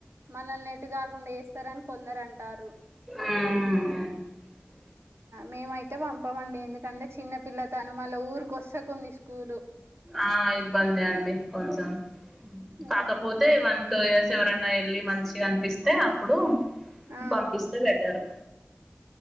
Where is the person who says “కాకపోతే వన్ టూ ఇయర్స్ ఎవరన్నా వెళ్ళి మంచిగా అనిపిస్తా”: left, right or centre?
Right